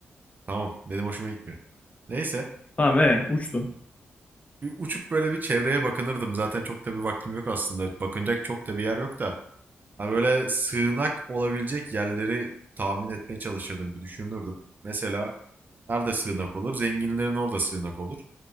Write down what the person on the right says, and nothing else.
Tamam benim hoşuma gitmiyor. Neyse
Bir uçup böyle bir çevreye bakınırdım. Zaten çok da bir vaktim yok aslında. Bakınacak çok da bir yer yok da. Ha böyle sığınak olabilecek yerleri tahmin etmeye çalışırdım. Bir düşünürdüm. Mesela nerede sığınak olur? Zenginlerin orada sığınak olur.